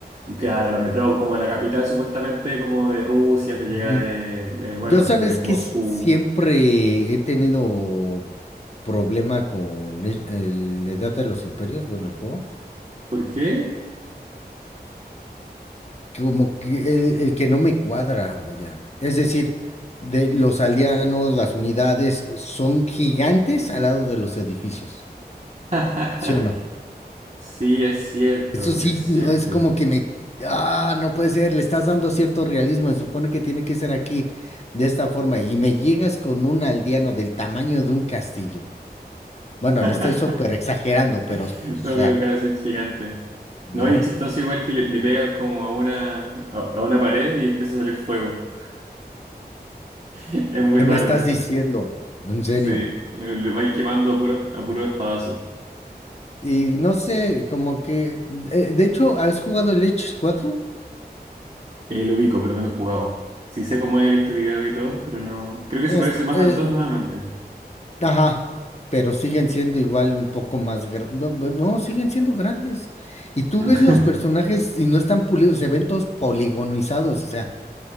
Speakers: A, on the right (about 40°); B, on the left (about 40°).
A: Claro, la metrópoli, como la capital supuestamente como de Rusia, te llega
B: Ujú.
A: de, eh, bueno,
B: Yo sabes
A: de Moscú.
B: que s- siempre he tenido problema con el- el- la edad de los imperios, bueno, el juego.
A: ¿Por qué?
B: como que el, el que no me cuadra, vaya. Es decir, de los aldeanos, las unidades son gigantes al lado de los edificios,
A: <laughs>
B: ¿sí o no?
A: Sí, es cierto,
B: Eso sí,
A: es
B: no,
A: cierto.
B: es como que me... Ah, no puede ser, le estás dando cierto realismo, se supone que tiene que ser aquí de esta forma y me llegas con un aldeano del tamaño de un castillo. Bueno,
A: <laughs>
B: le estoy súper exagerando, pero, o
A: No,
B: sea,
A: pero claro, soy gigante. No,
B: no,
A: y es chistoso igual que le, le pegan como a una, a, a una pared y empieza a salir fuego. <laughs> Es muy
B: ¿qué
A: raro
B: me estás
A: eso.
B: diciendo? En serio.
A: Sí, le, le vais quemando a puros a puros espadazos.
B: Y no sé, como que. eh, de hecho, ¿has jugado el Edge 4?
A: Eh, lo ubico, pero no lo he jugado. Sí sé cómo he visto videos y todo, pero no... Creo que se parece
B: Este,
A: más
B: es-
A: al 2 nuevamente.
B: ajá, pero siguen siendo igual un poco más grandes. No, bu- no, siguen siendo grandes. Y tú
A: <laughs>
B: ves los personajes y no están pulidos, se ven todos poligonizados. O sea,